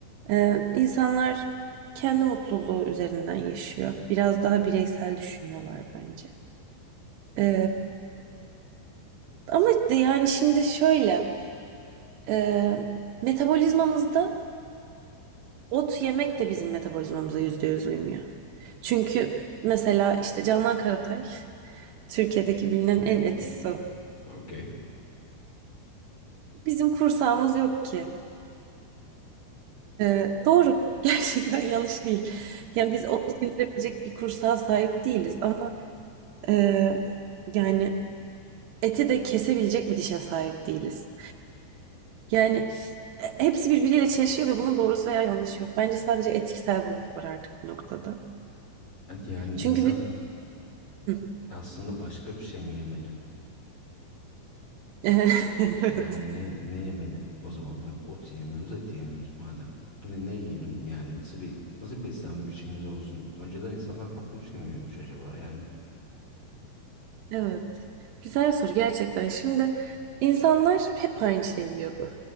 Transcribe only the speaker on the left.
<laughs>
Okey.
Evet, Yani insan
aslında başka bir şey mi yemeli?
Yani ne ne yemeli o zaman? Hani ot yemiyoruz, et yemiyoruz madem. Ne, ne yiyelim yani? Nasıl bir nasıl bir beslenme biçimimiz olsun? Önceden insanlar farklı bir şey mi yiyormuş acaba? Yani